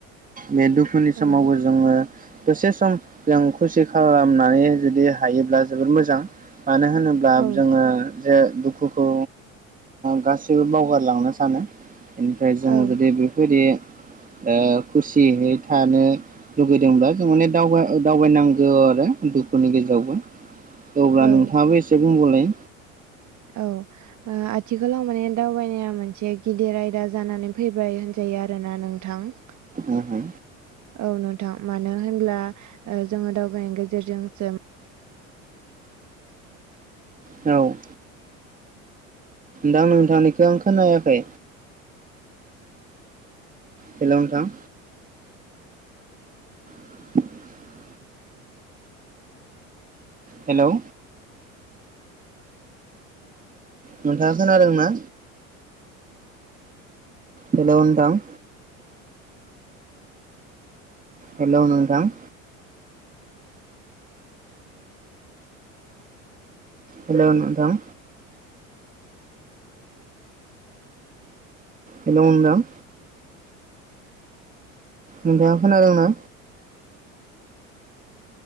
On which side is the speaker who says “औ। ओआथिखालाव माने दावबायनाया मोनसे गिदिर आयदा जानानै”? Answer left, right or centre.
Right